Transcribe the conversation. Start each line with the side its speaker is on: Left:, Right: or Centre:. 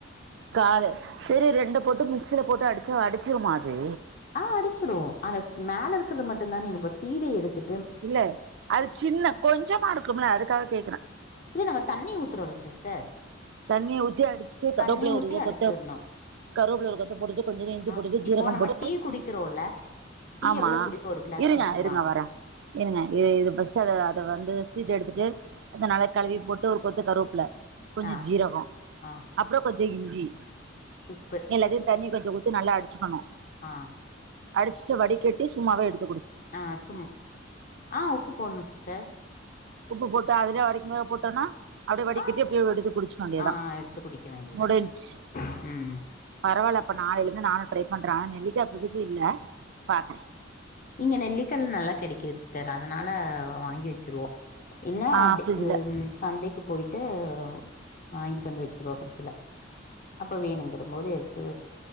Right: காலே சேரி ரெண்டு பொட்டு மிக்சில போட்டு அடிச்சா அடிச்சிரமாது
Left: ஆ அடிச்சிருவோ அந்த மேல இருக்கறத மட்டுதா நீங்க சீதை எடுத்து
Right: இல்ல அது சின்ன கொஞ்சமா இருக்கும்லா அதுக்காக கேக்குறே
Left: இல்ல நாங்க தண்ணி ஊத்துறோல்ல சிஸ்டர்
Right: தண்ணிய ஊத்தி அடிச்சிட்டு கருவேப்பிள்ளை
Left: தண்ணி ஊத்தி
Right: ஒரு இத
Left: அடிச்சிர்ணு
Right: கொத்த கருவேப்பிள்ளை ஒரு கொத்த போட்டுட்டு கொஞ்சோ இஞ்சி
Left: ஆ
Right: போட்டுட்டு
Left: இப்போ
Right: ஜீரகம்
Left: நம்ம
Right: போட்டு
Left: டீ குடிக்கிறோல்ல டீ
Right: ஆமா
Left: எவ்ளோ குடிப்போ ஒரு கிளாஸ்
Right: இருங்க
Left: குடிப்போமா
Right: இருங்க வர இருங்க இ இது பஸ்ட் அத அத வந்து சி இது எடுத்துட்டு அந்த நல்ல கழுவி போட்டு ஒரு கொத்த கருவேப்புல கொஞ்ச
Left: ஆ
Right: ஜீரகோ
Left: ஆ
Right: அப்புறோ கொஞ்சோ இஞ்சி
Left: உப்பு
Right: எல்லாத்தையு தண்ணி கொஞ் இத குத்து நல்லா அடிச்சக்கணு
Left: ஆ
Right: அடிச் ச்சி வடி கட்டி சும்மாவே எடுத்
Left: ஆ சும்மா ஆ உப்பு போணு சிஸ்டர்
Right: உப்பு போட்டு அதிலியு கடிக்குமோ போட்டன்னா அப்பிடியே வடிக்கிட்டி
Left: ஆ
Right: அப்பிடி எடுத்து குடிச்சிக்க வேண்டியதா
Left: ஆ எடுத்து குடிக்க வேண்டியதா
Right: முடிஞ்ச்சி
Left: ம்
Right: பரவாயில்ல இப்ப நாலைலந்து நானு ட்ரை பண்றே நெல்லிக்கா இப்பதுக்கு இல்ல பாக்குறே
Left: ம் இங்க நெல்லிக்கால் நல்லா கெடைக் கி சிஸ்டர் அதனால வாங்கி வச்சிருவோ இன்னோ
Right: ஆ
Left: டே
Right: ஃப்ரிட்ஜ்ல
Left: இது சந்தைக்கு போயி ம்ம் வாங்கிட்டு வந்து வச்சருவோம் பபிரிட்ஜ் ல அப்ப வேணுங்கிற போது எடுத்து